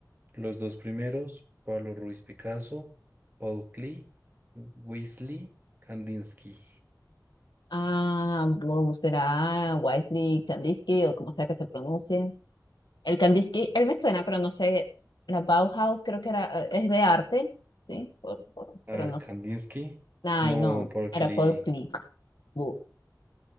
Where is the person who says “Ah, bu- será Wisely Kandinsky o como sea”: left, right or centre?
Left